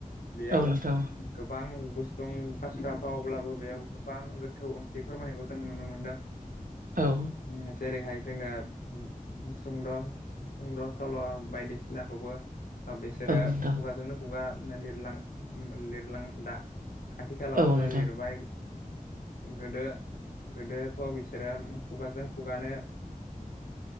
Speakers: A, on the left (about 75°); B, on the right (about 70°).
A: बेयाव
B: औ नोंथां
A: गोबां गुसुं बाथ्रा फावब्लाबो बेयाव गोबां गोथौ ओंथि फोरमायनायखौ जोंङो नुनो मोनदों।
B: औ
A: ओम जेरैहाय जोङो सुंद' सुंद' सल' बायदिसिनाखौबो बिसोरो
B: औ नोंथां
A: खुगाजोंनो खुगा लिरलां लिरलां दा आथिखालावसो
B: औ नोंथां
A: लिरबाय गोदो गोदोथ' बिसोरो खुगाजों खुगानो